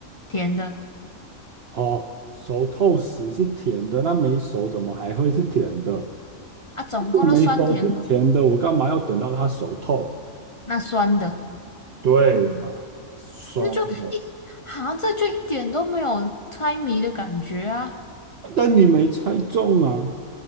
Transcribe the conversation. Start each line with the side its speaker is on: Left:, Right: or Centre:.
Left: 甜的
Right: 哦，熟透时是甜的，那没熟怎么还会是甜的？
Left: 啊，总共就酸甜苦，
Right: 如果没熟是甜的，我干嘛要等到它熟透？
Left: 那酸的，
Right: 对嘛，酸的。
Left: 那就一，好这就一点都没有猜谜的感觉啊。
Right: 但你没猜中啊！